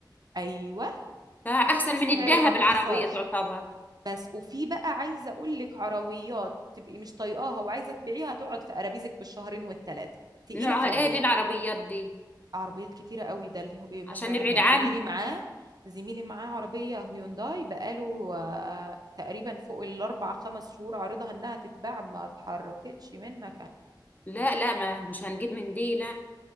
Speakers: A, on the right; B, on the left.
A: ايوه
B: فاحسن
A: نفس السعر
B: من الذهب
A: وما بتخسرش
B: العربيه تعتبر
A: بس وفي بقى عايزه اقول لك عربيات تبقي مش طايقاها وعايزه تبيعيها تقعد في قرابيزك بالشهرين والثلاثه تقيله
B: نوعها
A: في البيع
B: ايه دي العربيات دي
A: عربيات كتيره قوي ده اللي هو- إيه مثلا
B: عشان نبعد عنها
A: زميلي معاه زميلي معاه عربيه هيونداي بقاله آه، تقريبا فوق الاربع خمس شهور عارضها انها تتباع ما اتحركتش من مكان
B: لا لا ما مش هنجيب من دي لا